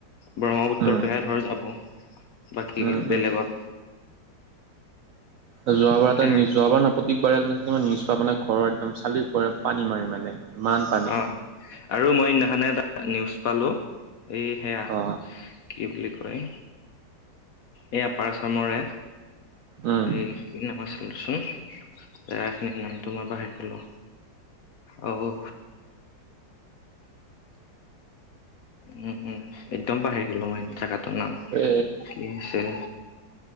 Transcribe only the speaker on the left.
ব্ৰহ্মপুত্ৰৰ
পৰাহে ধৰ যাব। বাকী
বেলেগত
এনেকে
আৰু
অঁ আৰু মই সিদিনাখনেই এটা নিউজ পালো এই সেয়া-
কি বুলি কয় এই আপাৰ আচামৰে,
এই- কি নাম আছিল চোন সেই খিনিৰ নামটো মই পাহৰি গলো অ ও। উম উম একদম পাহৰি গলো মই জাগটোৰ নাম
কি আছিল?